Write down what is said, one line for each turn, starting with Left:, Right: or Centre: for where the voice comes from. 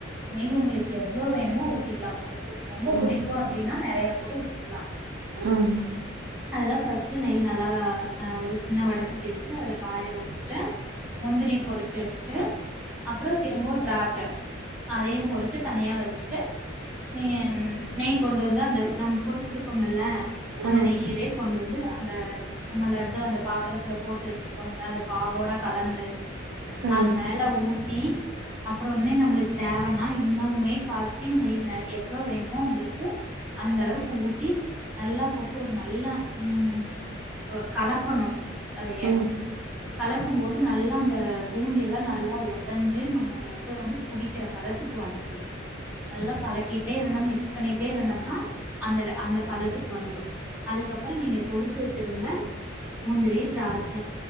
Centre: நெய் உங்களுக்கு எவ்ளோ வேணுமோ ஊத்திக்லா உங்குளுக்கு. ரொம்ப
Right: ம்
Centre: புடிக்கு அப்டின்னா நெறைய கூட ஊத்திக்கலா
Right: ம்
Centre: அதுள்ள பர்ஸ்ட்டு நெய் நல்லா ஒரு சின்ன வடசெட்டி வச்சி பஸ்ட்டு அதுல காய வெச்சுட்டு முந்திரி பொரிச்சு வெச்சுட்டு. அப்புரோ திரும்பவு திராட்ச அதையு பொறிச்சு தனியா வெச்சுட்டு நீ ம் நெய் கொண்டு வந்து அந்த நம்ம பொரிச்சிருக்கோம்ல
Right: ம்
Centre: அந்த நெய்யவே கொண்டு வந்து அந்த நம்ம லட்டு அந்த பாத்தரத்துல போட்டு வெச்சிருக்கோம்ல அந்த பாவோட கலந்து
Right: ம்
Centre: அது மேல். ஊத்தி அப்ரொ இன்னு நம்மளுக்கு தேவனா இன்னுமே காய்ச்சி நெய்ல எவ்ளோ வேணுமோ உங்குளுக்கு. அந்த அளவுக்கு ஊத்தி நல்லா போட்டு ஒரு நல்லா ம் கு கலக்கனோ அதைய
Right: ம்
Centre: கலக்கும் போது நல்லா அந்த பூந்தி எல்லா நல்லா ஒடஞ்சி நம்ம லட்டு வந் புடிக்கிற பதத்துக்கு வந்துரோ நல்லாக். கலக்கிட்டே இருந்தோ மிக்ஸ் பண்ணிட்டே இருந்தோம்னா அந்த அந்த பதத்துக்கு வந்துரோ அதுக்கப்பறோ நீங்க பொரிச்சு வெச்சிருந்த முந்திரி த்ராச்ச